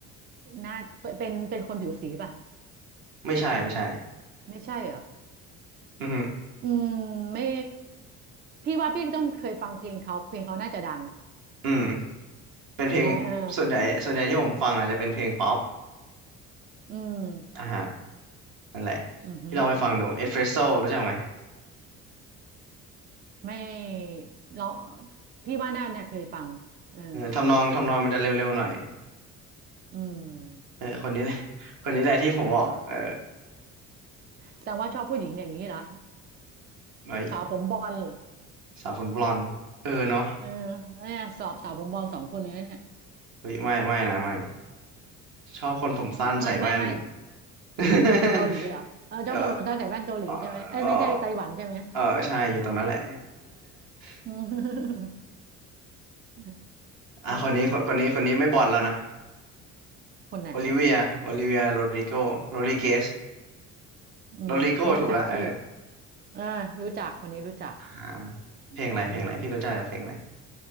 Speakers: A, on the right (about 25°); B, on the right (about 60°).
A: หน้าเป็นเป็นคนผิวสีป่ะ
B: ไม่ใช่ไม่ใช่
A: ไม่ใช่เหรอ
B: อือหือ
A: อืมไม่พี่ว่าพี่ต้องเคยฟังเพลงเขาเพลงเขาน่าจะดัง
B: อืมเป็นเพลง
A: แต่เออ
B: ส่วนใหญ่ส่วนใหญ่ที่ผมฟังอาจจะเป็นเพลงป๊อป
A: อืม
B: อ่ะฮะนั่นแหละ
A: อือหือ
B: ที่เราไปฟังดู Espresso รู้จักไหม
A: ไม่เราพี่ว่าน่าเนี่ยเคยฟังเออ
B: เออทำนองทำนองมันจะเร็วๆหน่อย
A: อืม
B: เออคนนี้แหละคนนี้แหละที่ผมบอกเออ
A: เหรอแสดงว่าชอบผู้หญิงอย่างนี้เหรอ
B: เอ้ย
A: สาวผมบอลเหรอ
B: สาวผมบลอนด์เออเนาะ
A: เออเนี่ยสาวสาวผมบอลสองคนเลยนะเนี่ย
B: เฮ้ยไม่ไม่นะไม่ชอบคนผมสั้นใส่แว่น
A: ไม่ไม่ไม่
B: <laughs>
A: เกาหลีเหรอเออเจ้าคนผมตาใส่แว่นเกาหลีใช่ไหมเอ้ยไม่ใช่ไต้หวันใช่ไหม
B: เออเออเออเออใช่อยู่ตรงนั้นแหละ <laughs>
A: อืม
B: อ่ะคนนี้คนคนนี้คนนี้ไม่บอลแล้วนะ
A: โอ้คนไหนอ่ะ
B: โอลิเวียโอลิเวียโรดริโกโรดริเกส
A: อืม
B: โรดริโกถูกละเออ
A: รู้จักชื่ออ่ารู้จัก คนนี้รู้จัก
B: อ่าเพลงอะไรเพลงอะไรพี่รู้จักจากเพลงอะไร
A: อืม